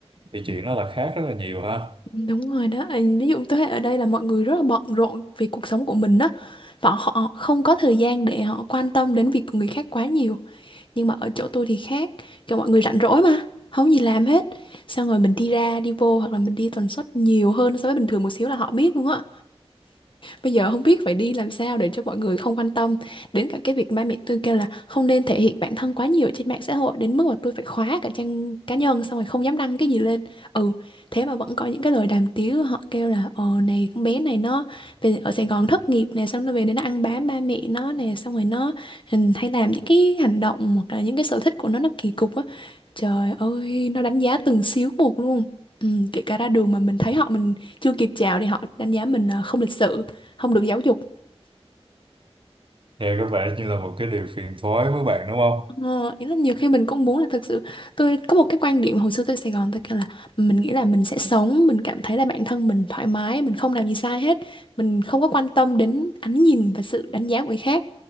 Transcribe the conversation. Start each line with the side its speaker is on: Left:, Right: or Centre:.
Right: thì chuyện đó là khác rất là nhiều ha
Left: Đúng rồi đó, Ừ, ví dụ thế hệ ở đây là mọi người rất là bận rộn vì cuộc sống của mình đó và họ không có thời gian để họ quan tâm đến việc của người khác quá nhiều nhưng mà ở chỗ tôi thì khác kiểu mọi người rảnh rỗi mà không gì làm hết xong rồi mình đi ra đi vô hoặc là mình đi tần suất nhiều hơn so với bình thường một xíu là họ biết luôn á Bây giờ không biết phải đi làm sao để cho mọi người không quan tâm đến cả cái việc ba mẹ tôi kêu là không nên thể hiện bản thân quá nhiều trên mạng xã hội đến mức mà tôi phải khóa cả trang cá nhân xong rồi không dám đăng cái gì lên. Ừ, thế mà vẫn có những cái lời đàm tiếu họ kêu là ờ này con bé này nó về ở Sài Gòn thất nghiệp nè xong nó về đến nó ăn bám ba mẹ nó nè xong rồi nó ừ, hay làm những cái hành động hoặc là những cái sở thích của nó nó kỳ cục á. Trời ơi, nó đánh giá từng xíu một luôn. Ừ, kể cả ra đường mà mình thấy họ mình chưa kịp chào thì họ đánh giá mình là không lịch sự không được giáo dục
Right: nghe có vẻ như là một cái điều phiền toái với bạn đúng không
Left: ờ, ý là nhiều khi mình cũng muốn là thực sự tôi có một cái quan điểm hồi xưa tôi Sài Gòn tôi kêu là mình nghĩ là mình sẽ sống mình cảm thấy là bản thân mình thoải mái mình không làm gì sai hết mình không có quan tâm đến ánh nhìn và sự đánh giá của người khác